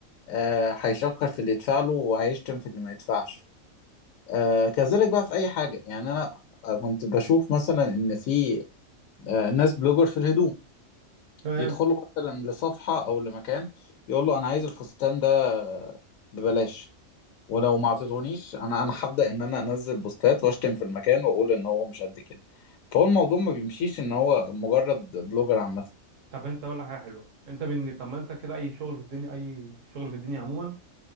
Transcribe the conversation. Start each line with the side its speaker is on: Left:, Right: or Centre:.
Left: آه هيشكر في اللي يدفع له وهيشتم في اللي ما يدفعش آه كذلك بقى في اي حاجه يعني انا آه، كنت بشوف مثلا ان في آه ناس بلوجر في الهدوم
Right: تمام
Left: يدخله مثلا لصفحة أو لمكان يقول له أنا عايز الفستان ده ببلاش ولو ما اعطيتهونيش أنا أنا هبدأ إن أنا أنزل بوستات وأشتم في المكان وأقول إن هو مش قد كده فهو الموضوع ما بيمشيش إن هو مجرد بلوجر عامة
Right: طب انت اقول لك حاجه حلوه انت بن... طب ما انت كده اي شغل في الدنيا اي شغل في الدنيا عموما